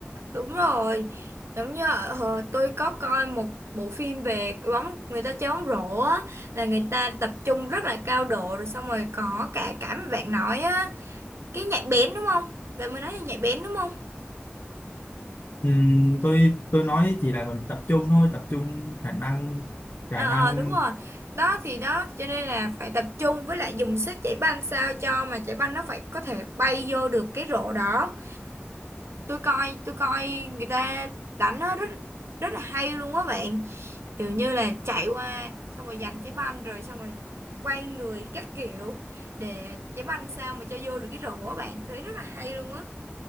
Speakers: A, on the right (about 80°); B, on the left (about 60°).
A: Đúng rồi, giống như ờ, tôi có coi một bộ phim về bóng người ta chơi bóng rổ á là người ta tập trung rất là cao độ rồi xong rồi có cả cảm bạn nói á cái nhạy bén đúng không? Bạn mới nói là nhạy bén đúng không?
B: Ừm, tôi tôi nói chỉ là mình tập trung thôi tập trung khả năng khả
A: Ờ
B: năng
A: ờ, đúng rồi. Đó thì đó cho nên là phải tập trung với lại dùng sức chạy banh sao cho mà chạy banh nó phải có thể bay vô được cái rổ đó tôi coi tôi coi người ta đánh nó rất rất là hay luôn á bạn kiểu như là chạy qua xong rồi giành trái banh rồi xong rồi quay người các kiểu để trái banh sao mà cho vô được cái rổ á bạn thấy rất là hay luôn á